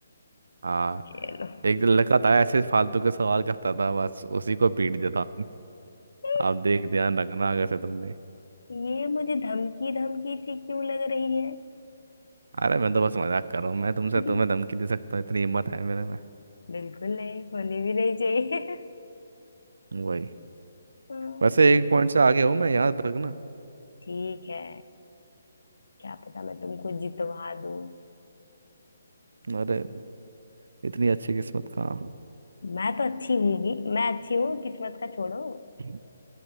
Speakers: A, on the right (about 70°); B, on the left (about 80°).
A: हाँ
B: चलो <laughs>
A: एक लड़का था ऐसे फालतू के सवाल करता था बस उसी को पीट देता
B: देखो
A: आप देख ध्यान रखना अगर से तुम भी
B: ये मुझे धमकी धमकी सी क्यों लग रही है
A: अरे मैं तो बस मजाक कर रहा हूँ मैं तुमसे
B: <laughs>
A: तुम्हें धमकी दे सकता हूँ इतनी हिम्मत है मेरे में
B: बिल्कुल नहीं होनी भी नहीं चाहिए <laughs>
A: वही
B: हाँ,
A: वैसे एक पॉइंट से आगे हूँ मैं याद रखना
B: ठीक है क्या पता मैं तुमको जितवा दूं
A: अरे इतनी अच्छी किस्मत कहाँ हो।
B: मैं तो अच्छी हूं ही मैं अच्छी हूँ किस्मत का छोड़ो
A: हम्म